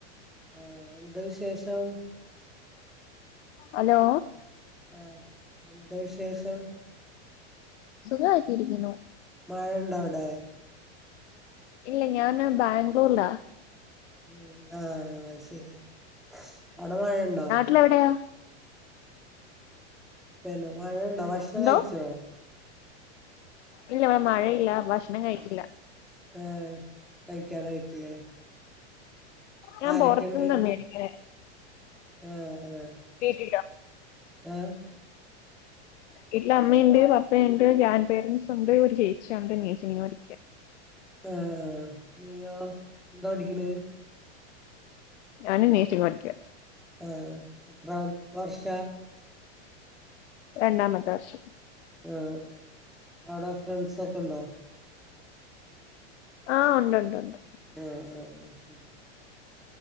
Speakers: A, in the centre; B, on the left.
A: ആഹ് എന്ത വിശേഷം
B: ഹലോ
A: ആഹ് എന്താ വിശേഷം
B: സുഖായിട്ടിരിക്ണു
A: മഴ ഉണ്ടോ അവിടെ
B: ഇല്ല ഞാൻ ബാംഗ്ലൂരിലാ
A: ഉം ആഹ് ശരി അവിടെ മഴയുണ്ടോ
B: ങ്ങളെവിടെയ
A: പിന്നെ മഴയുണ്ടോ ഭക്ഷണം
B: എന്തോ
A: കഴിച്ചോ?
B: ഇല്ല ഇവിടെ മഴയില്ല ഭക്ഷണം കഴിച്ചില്ല
A: ഏയ് കഴിക്കാനായിട്ടില്ലേ
B: ഞാൻ
A: ആരൊക്കെണ്ട്
B: പൊറത്തുന്ന മേടിക്കണെ
A: ആഹ് ആഹ്
B: കേട്ടില്ല
A: ആ
B: വീട്ടില് അമ്മണ്ട് പപ്പണ്ട് ഗ്രാൻഡ് പേരന്റ്സുണ്ട് ഒരു ചേച്ചി ഉണ്ട് നഴ്സിങ്ങിന് പടിക്ക
A: ആ നീയോ എന്താ പടിക്ക്ണത്
B: ഞാനും നഴ്സിങ് പഠിക്കാ
A: ആ എത്ര വർഷ
B: രണ്ടാമത്തെ വർഷം
A: ആ അവടെ ഫ്രണ്ട്സൊക്കെ ണ്ടോ
B: ആ ഉണ്ട് ണ്ട് ണ്ട്
A: ആ ആ അത് ശെരി